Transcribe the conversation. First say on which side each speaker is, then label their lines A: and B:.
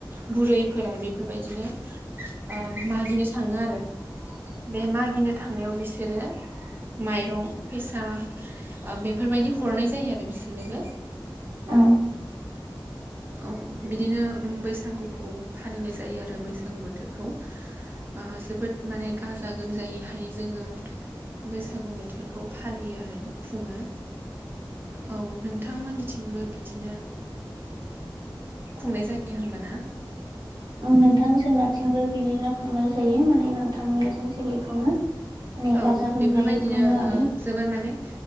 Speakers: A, on the right; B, on the right.
A: बुरैफोरा बेफोरबायदिनो ओ मागिनो थाङो आरो बे मागिनो थांनायाव बिसोरो माइरं फैसा बेफोरबायदि हरनाय जायो आरो बिसोरनोबो
B: औ।
A: औ बिदिनो बैसागुखौ फालिनाय जायो आरो बैसागु बोथोरखौ। ओ जोबोद माने गाजा गाजा गोमजायैहाय जोङो बैसागु बोथोरखौ फालियो आरो। खुङो औ नोंथांमोननिथिंबो बिदिनो खुंनाय जायो होनबाना?
B: औ नोंथां जोंनिथिंबो बिदिनो खुंनाय जायो माने नोंथांमोननिथिं जेरै खुङो। माने
A: औ
B: गाजा गोमजायै
A: बेफोरबायदिनो
B: खुङो आरो
A: ओ जोबोर माने